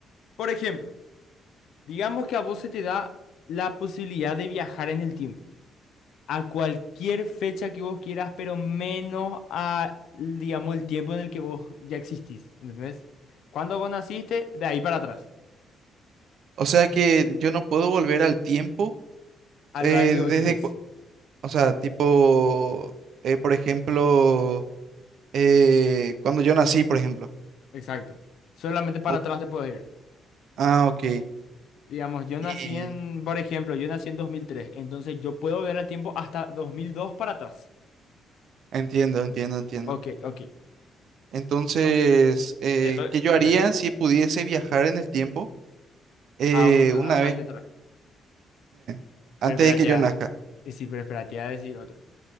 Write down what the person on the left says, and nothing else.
por ejemplo, digamos que a vos se te da la posibilidad de viajar en el tiempo, a cualquier fecha que vos quieras, pero menos a, digamos, el tiempo en el que vos ya existís, ¿entendés? Cuando vos naciste, de ahí para atrás,
al
lugar en el que vos
existís.
Exacto. Solamente para
atrás te puedes ir.
Digamos, yo nací
en, por ejemplo, yo nací en 2003. entonces yo puedo ver el tiempo hasta 2002 para atrás.
Ok, ok.
Entonces,
te doy-
espera,
a un, a
un
año atrás.
Pero espérate
a...
Y sí, pero espérate a decir otro.